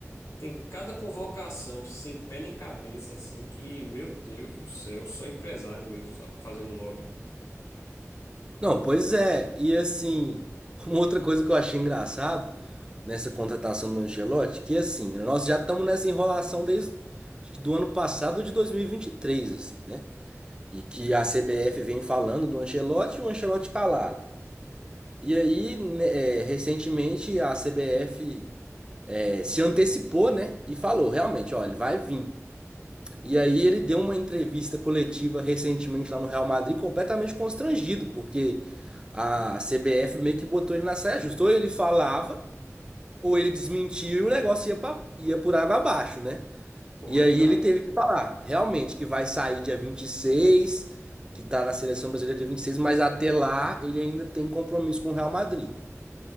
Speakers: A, on the left; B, on the right.
A: tem cada convocação sem pé nem cabeça, assim, que, meu Deus do céu, só empresário mesmo, sabe? Fazendo lobby.
B: Não, pois é. E assim, <laughs> uma outra coisa que eu achei engraçado nessa contratação do Ancelotti, que assim, nós já estamos nessa enrolação desde acho que do ano passado de dois mil e e vinte e três assim, né? E que a CBF vem falando do Ancelotti e o Ancelotti calado. E aí, né, é, recentemente, a CBF é, se antecipou, né? E falou, realmente, ó, ele vai vir. E aí ele deu uma entrevista coletiva recentemente lá no Real Madrid, completamente constrangido, porque a CBF meio que botou ele na saia justa. Ou ele falava, ou ele desmentia e o negócio ia, pra- ia por água abaixo, né?
A: Oi,
B: E aí
A: cara.
B: ele teve que falar, realmente, que vai sair dia vinte e seis que tá na seleção brasileira dia vinte e seis mas até lá ele ainda tem compromisso com o Real Madrid.